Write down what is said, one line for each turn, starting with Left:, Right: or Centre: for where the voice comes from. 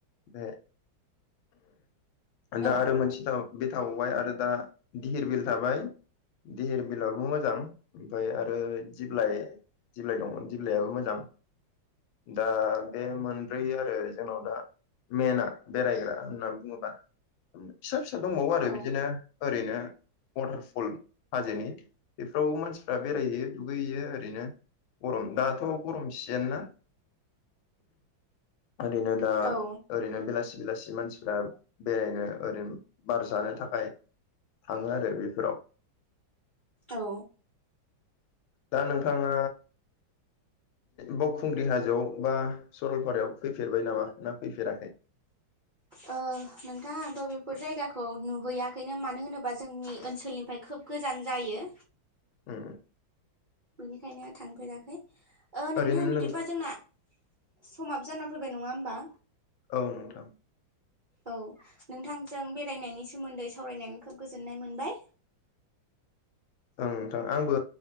Left: बेहाय
Right: औ
Left: दा आरो मोनसे बे थाबावबाय आरो दा धिहिर बिल थाबाय धिहिर बिलआबो मोजां ओमफाय आरो दिब्लाइ दिब्लाइ दंमोन दिब्लायाबो मोजां दा बे मोनब्रै आरो जोंनाव दा मेना बेरायग्रा होननानै बुङोबा फिसा फिसा दंबावो आरो
Right: औ
Left: बिदिनो ओरैनो वाटारफल हाजोनि बेफोराव मानसिफ्रा बेरायहैयो दुगैयो ओरैनो गरम दाथ' गरम सिजेन ना ओरैनो दा
Right: औ
Left: ओरैनो बेलासि बेलासि मानसिफ्रा बेरायनो ओरैनो बार जानो थाखाय थाङो आरो बेफोराव
Right: औ
Left: दा नोंथाङा बावखुंग्रि हाजोआव बा सरलपारायाव फैफेरबाय नामा ना फैफेराखै? <inaudible>
Right: नोंथां आं थ' बेफोर जायगाखौ नुहैयाखैनो मानो होनोबा जोंनि ओनसोलनिफ्राय खोब गोजान जायो
Left: उम
Right: बेनिखायनो थांफेराखै नोंथां
Left: ओरैनो
Right: बिदिबा
Left: नों
Right: जोंना समाबो जाना फैबाय नङा होमबा
Left: औ नोंथां
Right: औ नोंथांजों बेरायनायनि सोमोन्दै सावरायनानै खोब गोजोननाय मोनबाय
Left: <inaudible> ओं नोंथां आंबो